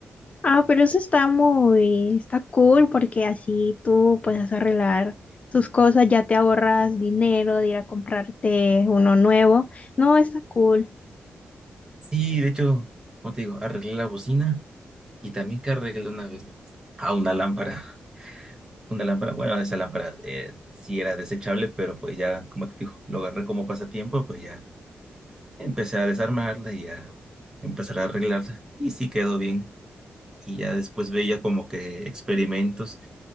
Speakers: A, on the left (about 35°); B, on the right (about 20°).
A: Ah, pero eso está muy, está cool porque así tú puedes arreglar tus cosas, ya te ahorras dinero de ir a comprarte uno nuevo. No, está cool.
B: Sí, de hecho, como te digo, arreglé la bocina y también que arreglé una vez a una lámpara. <laughs> Una lámpara, bueno, esa lámpara eh, sí era desechable, pero pues ya, como te digo, lo agarré como pasatiempo, pues ya empecé a desarmarla y a empezar a arreglarla. Y sí quedó bien. Y ya después veía como que experimentos,